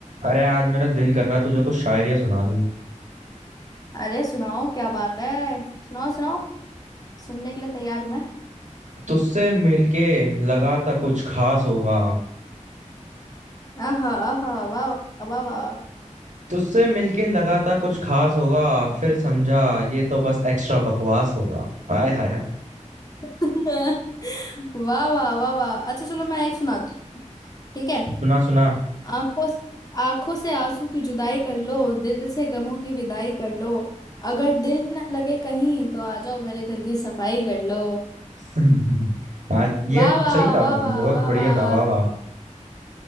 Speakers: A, on the right; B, on the left.
A: अरे आज मेरा दिल कर रहा है तुझे कुछ शायरियां सुना दूं
B: अरे सुनाओ क्या बात है सुनाओ सुनाओ सुनने के लिए तैयार हूं मैं
A: तुझसे मिलके लगा था कुछ खास होगा
B: आहा आहा वाह वाह वाह वाह
A: तुझसे मिलके लगा था कुछ खास होगा फिर समझा ये तो बस एक्स्ट्रा बकवास होगा हाय हाय हाय
B: <laughs> वाह वाह वाह वाह अच्छा चलो मैं एक सुनाती हूँ ठीक है
A: सुना सुना
B: आंखों आंखों से आंसू की जुदाई कर लो दिल से गमों की विदाई कर लो अगर दिल न लगे कहीं तो आ जाओ मेरे घर की सफाई कर लो
A: <laughs> आज ये
B: वाह वाह
A: सही था
B: वाह
A: बहुत
B: वाह वाह
A: बढ़िया
B: वाह
A: था वाह वाह